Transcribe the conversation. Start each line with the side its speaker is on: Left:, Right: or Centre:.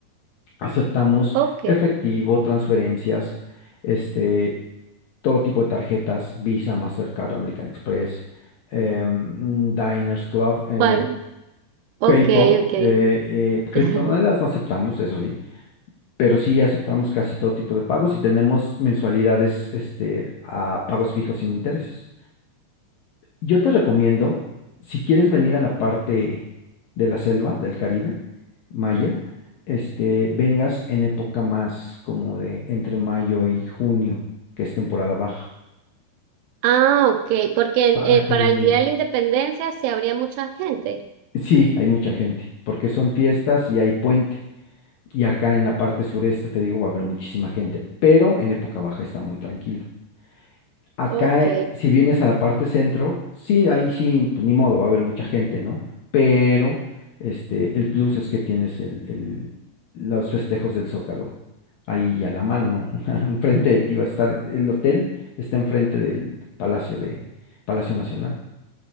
Left: Aceptamos
Right: ok,
Left: efectivo, transferencias, este todo tipo de tarjetas, Visa, Mastercard, American Express, eh, mm, Diners Club, eh,
Right: bueno, ok,
Left: PayPal,
Right: ok.
Left: eh, eh, criptomonedas
Right: <laughs>
Left: no aceptamos, eso sí, pero sí aceptamos casi todo tipo de pagos y tenemos mensualidades este, a pagos fijos sin intereses. Yo te recomiendo, si quieres venir a la parte de la selva del Caribe, Maya, este, vengas en época más como de entre mayo y junio, que es temporada baja,
Right: Ah, ok, porque
Left: para
Right: eh,
Left: que
Right: para el Día de la Independencia se habría mucha gente.
Left: Sí, hay mucha gente, porque son fiestas y hay puente. Y acá en la parte sureste, te digo, va a haber muchísima gente, pero en época baja está muy tranquilo. Acá,
Right: Ok.
Left: eh, si vienes a la parte centro, sí, ahí sí, pues, ni modo, va a haber mucha gente, ¿no? Pero este, el plus es que tienes el, el- los festejos del Zócalo ahí a la mano, <laughs> enfrente de ti va a estar, el hotel está enfrente del Palacio de Palacio Nacional.